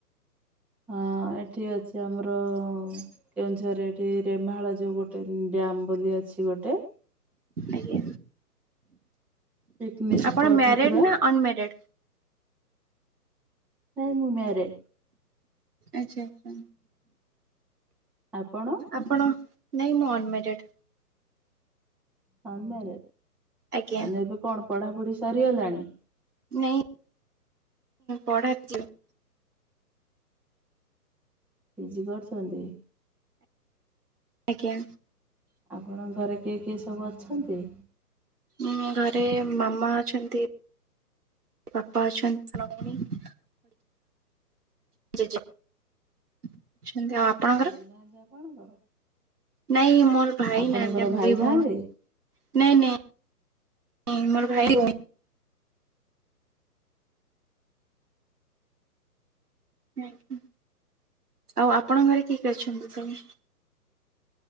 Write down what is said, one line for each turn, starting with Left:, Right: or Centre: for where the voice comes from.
Centre: ହଁ ଏଠି ଅଛି ଆମର ଆମର କେଉଁଝରରେ ଏଠି ରେମାଳ ଯଉ ଗୋଟେ ଡ୍ୟାମ୍ ବୋଲି ଅଛି ଗୋଟେ।
Right: ଆଜ୍ଞା,
Centre: ପିକନିକ
Right: ଆପଣ
Centre: ସ୍ପଟ
Right: ମ୍ୟାରେଡ
Centre: ପୁରା
Right: ନା ଅନମ୍ୟାରେଡ?
Centre: ନାଇ ମୁଁ ମ୍ୟାରିଡ।
Right: ଆଛା ଆଛା।
Centre: ଆପଣ?
Right: ଆପଣ ନାଇଁ ମୁଁ ଅନମ୍ୟାରେଡ଼୍।
Centre: ତମେ
Right: ଆଜ୍ଞା
Centre: ଏବେ କଣ ପଢାପଢି ସରିଗଲାଣି?
Right: ନ ପଢା <unintelligible>
Centre: ବୁଝି ପାରୁଛନ୍ତି?
Right: ଆଜ୍ଞା।
Centre: ଆପଣଙ୍କ ଘରେ କିଏ କିଏ ସବୁ ଅଛନ୍ତି?
Right: ଉ ଘରେ ମାମା ଅଛନ୍ତି। ବାପା ଅଛନ୍ତି, ସାନ ଭଉଣୀ। ଜେଜ <unintelligible> ଆଉ ଆପ ଆପଣଙ୍କର?
Centre: ଭାଇ ନାହାନ୍ତି ଆପଣଙ୍କର
Right: ନାଇଁ ମୋର ଭାଇ
Centre: ଆପଣଙ୍କର
Right: ନାହାନ୍ତି। ଆମେ
Centre: ଭାଇ
Right: ଦି
Centre: ନାହାନ୍ତି?
Right: ଭଉଣୀ। ନାଇଁ ନାଇଁ ମୋର ଭାଇ ଆଜ୍ଞା, ଆଉ ଆପଣ ଘରେ କିଏ କିଏ ଅଛନ୍ତି ସବୁ?